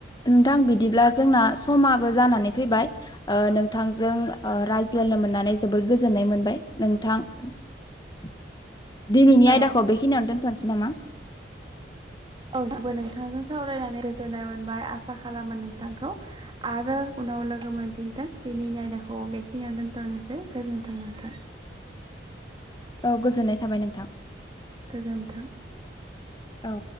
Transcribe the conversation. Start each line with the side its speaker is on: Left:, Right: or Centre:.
Left: नोंथां बिदिब्ला जोंना समाबो जानानै फैबाय ओ नोंथांजों रायज्लायनो मोननानै जोबोर गोजोननाय मोनबाय नोंथां । दिनैनि
Right: औ
Left: आयदाखौ बेखिनियावनो दोन्थ'नोसै नामा?
Right: औआंबो नोंथांजों सावरायनानै गोजोननाय मोनबाय आसा खालामो नोंथांखौ आरो उनाव लोगो मोनफिनथों दिनैनि आयदाखौ बेखिनिययाव दोनथ'नोसै गोजोनथों नोंथां ।
Left: औ गोजोननाय थाबाय नोंथां
Right: गोजोन्थों ।
Left: औ